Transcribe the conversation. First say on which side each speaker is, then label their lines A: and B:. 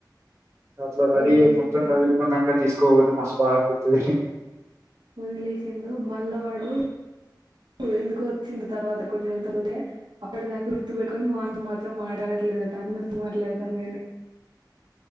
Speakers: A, on the right; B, on the right.
A: అట్లా రెడీ
B: వదిలేసిపోయిండు
A: అయ్ మొత్తం రపోందక తీసుకోక మస్ బాదనిపిస్తది
B: వదిలేసిండు మల్లవాడు ఎందుకో వచ్చింది తర్వాత కొన్ని నేలు తరుతే అప్పటి దాకా గుర్తు పెట్టుకొని వాని మాత్రం మాటాడట్లేదు అట అందర్తో మాట్లాడతాంది కాని